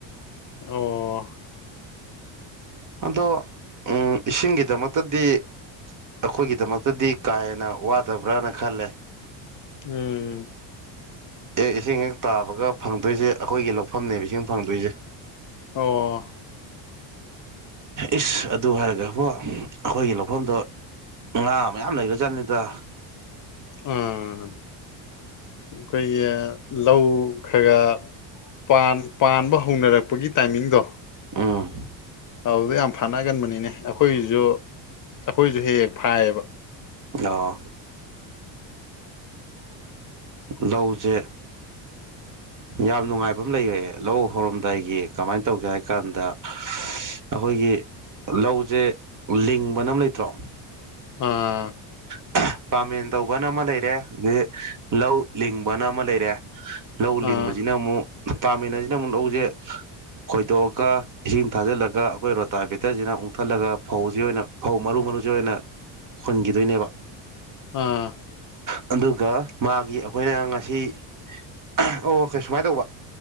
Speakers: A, on the left; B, on the right.
A: ꯑꯣ
B: ꯑꯗꯣ ꯎꯝ ꯏꯁꯤꯡꯒꯤꯗꯃꯛꯇꯗꯤ ꯑꯈꯣꯏꯒꯤꯗꯃꯛꯇꯗꯤ ꯀꯥ ꯍꯦꯟꯅ ꯋꯥꯗꯕ꯭ꯔꯥꯅ ꯈꯜꯂꯦ
A: ꯎꯝ
B: ꯑꯦ ꯏꯁꯤꯡ ꯍꯦꯛ ꯇꯥꯕꯒ ꯐꯪꯗꯣꯏꯁꯦ ꯑꯈꯣꯏꯒꯤ ꯂꯧꯐꯝꯅꯦꯕ ꯏꯁꯤꯡ ꯐꯪꯗꯣꯏꯁꯦ
A: ꯑꯣ
B: ꯏꯁ ꯑꯗꯨ ꯍꯥꯏꯔꯒ ꯍꯣ ꯑꯈꯣꯏꯒꯤ ꯂꯧꯐꯝꯗꯣ ꯉꯥ ꯃꯌꯥꯝ ꯂꯩꯒ꯭ꯔ ꯖꯥꯠꯅꯤꯗ
A: ꯎꯝ ꯑꯩꯈꯣꯏꯒꯤ ꯂꯧ ꯈꯔ ꯄꯥꯝ ꯄꯥꯟꯕ ꯍꯧꯅꯔꯛꯄꯒꯤ ꯇꯥꯏꯃꯤꯡꯗꯣ
B: ꯑꯝ
A: ꯑꯥꯎꯗ ꯌꯥꯝ ꯐꯥꯅꯒꯟꯕꯅꯤꯅꯦ ꯑꯈꯣꯏꯁꯨ ꯑꯈꯣꯏꯁꯨ ꯍꯦꯛ ꯍꯦꯛ ꯐꯥꯏꯌꯦꯕ
B: ꯑꯣ ꯂꯧꯁꯦ ꯌꯥꯝ ꯅꯨꯡꯉꯥꯏꯕ ꯑꯝ ꯂꯩꯔꯦ ꯂꯧ ꯍꯧꯔꯝꯗꯥꯏꯒꯤ ꯀꯃꯥꯏ ꯇꯧꯒꯦ ꯍꯥꯏ ꯀꯥꯟꯗ ꯑꯈꯣꯏꯒꯤ ꯂꯧꯁꯦ ꯂꯤꯡꯕꯅ ꯑꯝ ꯂꯩꯇ꯭ꯔꯣ
A: ꯑꯥ
B: <unintelligible> ꯄꯥꯃꯦꯟ ꯇꯧꯕꯅ ꯑꯃ ꯂꯩꯔꯦ ꯒꯤ ꯂꯧ ꯂꯤꯡꯕꯅ ꯑꯃ ꯂꯩꯔꯦ ꯂꯧ
A: ꯑꯥ
B: ꯂꯤꯡꯕꯖꯤꯅ ꯃꯨꯛ ꯄꯥꯃꯤꯟꯅꯖꯤꯅ ꯃꯨꯛ ꯂꯧꯖꯦ ꯈꯣꯏꯗꯣꯛꯑꯒ ꯏꯁꯤꯡ ꯊꯥꯖꯜꯂꯒ ꯑꯩꯈꯣꯏ ꯔꯣꯇꯥ ꯒꯦꯇꯔꯖꯤꯅ ꯑꯨꯡꯊꯠꯂꯒ ꯐꯧꯖꯤ ꯑꯣꯏꯅ ꯐꯧ ꯃꯔꯨ ꯃꯔꯨꯖꯤ ꯑꯣꯏꯅ ꯍꯨꯟꯒꯤꯗꯣꯏꯅꯦꯕ
A: ꯑꯥ
B: ꯑꯗꯨꯒ ꯃꯥꯒꯤ ꯑꯈꯣꯏꯅ ꯉꯁꯤ ꯑꯥ ꯑꯣ ꯀꯩ ꯁꯨꯃꯥꯏ ꯇꯧꯕ